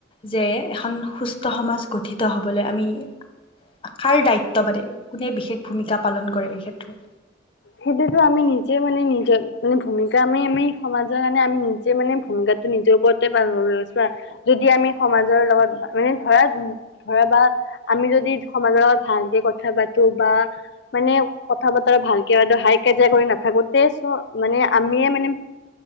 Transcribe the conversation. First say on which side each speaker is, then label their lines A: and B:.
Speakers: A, on the left (about 25°); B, on the left (about 55°).
A: যে এখন সুস্থ সমাজ গঠিত হবলৈ আমি আশাৰ দায়িত্ব বাদে কোনে বিশেষ ভূমিকা পালন কৰে এই ক্ষেত্ৰত?
B: সেইটোতো আমি নিজে মানে নিজৰ মানে ভূমিকা আমি, আমি সমাজৰ কাৰণে আমি নি জে, মানে ভূমিকাটো নিজৰ ওপৰতে <inaudible> যদি আমি সমাজৰ লগত মানে ধৰা, ধৰা বা আমি যদি সমাজৰ লগত ভালকে কথা পাতো বা মানে কথা বতৰা ভাল কিবা হাই কাজিয়া কৰি নাথাকোঁতে চ' মানে আমিয়ে মানে